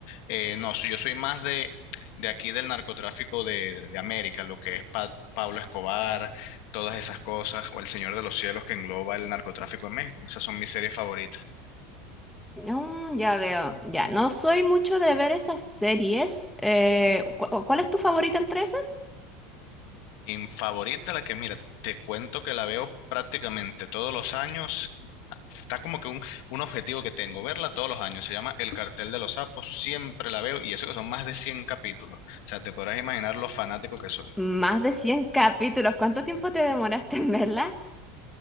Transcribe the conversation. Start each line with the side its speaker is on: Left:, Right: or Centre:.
Left: Eh, no, so- yo soy más de, de aquí del narcotráfico de, de América, lo que es Pa- Pablo Escobar, todas esas cosas, o El Señor de los Cielos que engloba el narcotráfico en México. Esas son mis series favoritas.
Centre: Mm, ya veo, ya, no soy mucho de ver esas series. eh, ¿cu- ¿cuál es tu favorita entre esas?
Left: Mi favorita, la que mira, te cuento que la veo prácticamente todos los años. Está como que un, un objetivo que tengo, verla todos los años. Se llama El Cartel de los Sapos, siempre la veo y eso que son más de 100 capítulos. O sea, te podrás imaginar lo fanático que soy.
Centre: Más de 100 capítulos, ¿cuánto tiempo te demoraste en verla?